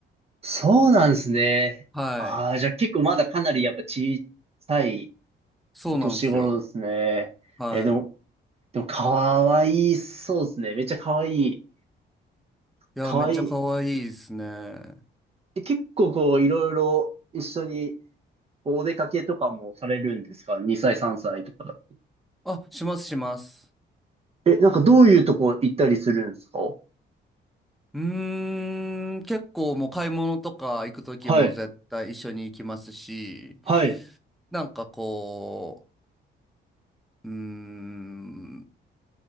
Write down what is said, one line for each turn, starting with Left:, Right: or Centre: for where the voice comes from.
Right: そうなんですね。
Centre: はい。
Right: ああ、じゃあ結構まだかなりやっぱ小さい
Centre: そうなんですよ。
Right: お年頃ですね。
Centre: はい。
Right: え、でも、でもかわいそうですね。めっちゃかわいい。
Centre: いや、
Right: かわいい。
Centre: めっちゃ可愛いですね。
Right: え結構こう、いろいろ一緒にお出かけとかもされるんですか ?2 歳、3歳とかだ。
Centre: あ、しますします。
Right: え、なんかどういうとこ行ったりするんですか
Centre: うーん、結構もう買い物とか行くときも絶対一緒に行きますし、
Right: はい、はい、
Centre: なんかこう、うーん、